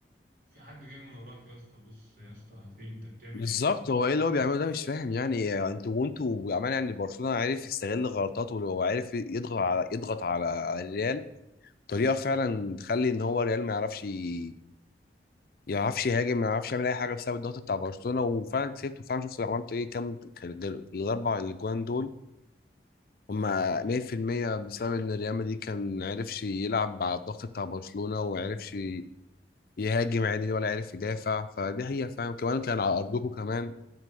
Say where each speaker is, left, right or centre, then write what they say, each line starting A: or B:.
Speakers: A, on the right; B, on the left.
A: في حد جاي من وراك يا اسطى بص يا اسطى في إيه؟ انت بتعمل
B: بالظبط هو ايه اللي هو بيعمله ده مش فاهم يعني انتوا وانتوا عمال يعني برشلونه عارف يستغل غلطاته ولو عارف يضغط على يضغط على على الريال طريقه فعلا تخلي ان هو الريال ما يعرفش ي- يعرفش يهاجم ما يعرفش يعمل اي حاجه بسبب الضغط بتاع برشلونه وفعلا كسبت وفعلا شفت عملت ايه كام كان الاربع اجوان دول هما 100% بسبب ان الريال مدريد كان عرفش يلعب على الضغط بتاع برشلونه وعرفش يهاجم عادي ولا عارف يدافع فدي هي فعلا كمان كان على ارضكم كمان